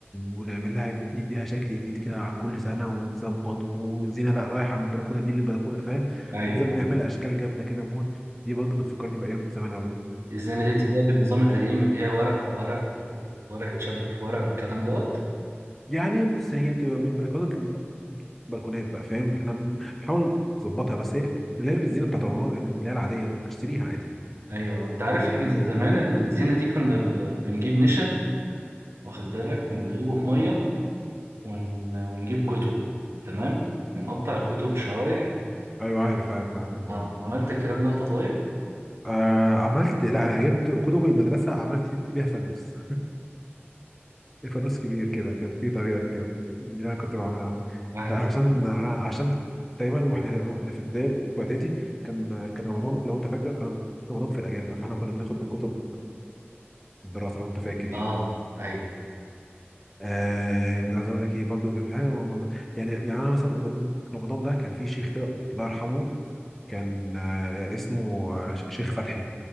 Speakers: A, in the centre; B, on the right.
A: ونعمل لها نديها شكل جديد كده عن كل سنه ونظبط والزينه لا رايحه من البلكونه دي للبلكونه فاهم
B: ايوه
A: نفضل نعمل
B: آه.
A: اشكال جامده كده موت دي برضه بتفكرني بايام زمان قوي
B: الزينه ديت اللي هي بالنظام القديم اللي هي ورق في ورق وورق يتشبك في ورق والكلام دوت
A: يعني بص هي بتبقى من بلكونات بلكونات بقى فاهم احنا بنحاول نظبطها بس هي اللي هي الزينه بتاعت رمضان اللي هي العاديه دي بتشتريها عادي
B: ايوه انت عارف
A: و...
B: احنا زمان
A: و...
B: ال- الزينه دي كنا ب... بنجيب نشا واخد بالك
A: مم.
B: وندوبه في ميه
A: آه.
B: ون... ونجيب كتب تمام ونقطع الكتب شرايح
A: ايوه عارف عارف عارف الموضوع
B: اه
A: ده.
B: عملت الكلام ده وانت صغير
A: آه عملت لا انا جبت كتب المدرسه عملت بيها فانوس <laughs> فانوس كبير كده كان في طريقه كده دي اللي انا كنت بعملها
B: احلى
A: عشان عشان تقريبا واحنا واحنا في ابتدائي واعدادي كان كان رمضان لو انت فاكر كان رمضان في الاجازه فاحنا كنا بناخد الكتب الدراسه لو انت فاكر يعني
B: اه ايوه
A: آه كنت عايز اقول لك ايه برضو كان في حاجه م- م- يعني يعني انا مثلا رمضان ده كان في شيخ كده الله يرحمه كان آه اسمه آه ش- شيخ فتحي